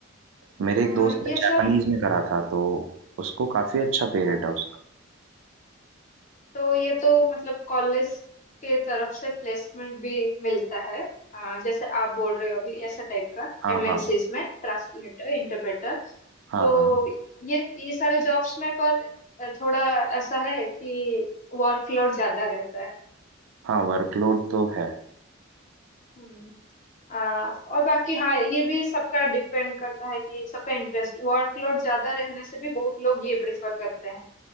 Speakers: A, on the right; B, on the left.
A: मेरे एक
B: हाँ
A: दोस्त ने
B: ये
A: जापानीज
B: सब
A: में करा था तो उसको काफी अच्छा पे
B: हाँ,
A: रेट है उसका
B: तो ये तो मतलब कॉलेज के तरफ से प्लेसमेंट भी मिलता है हाँ, जैसे आप बोल रहे हो अभी ऐसा टाइप का
A: हाँ
B: एमएनसीज
A: हाँ
B: में ट्रांसलेटर इंटरप्रेटर
A: हाँ
B: तो
A: हाँ
B: ये ये सारे जॉब्स में पर थोड़ा ऐसा है कि वर्कलोड ज्यादा रहता है
A: हाँ वर्कलोड तो है
B: हम्म। आ, और बाकी हाँ ये भी सबका डिपेंड करता है कि सबका इंटरेस्ट वर्कलोड ज्यादा रहने से भी बहुत लोग ये प्रेफर करते हैं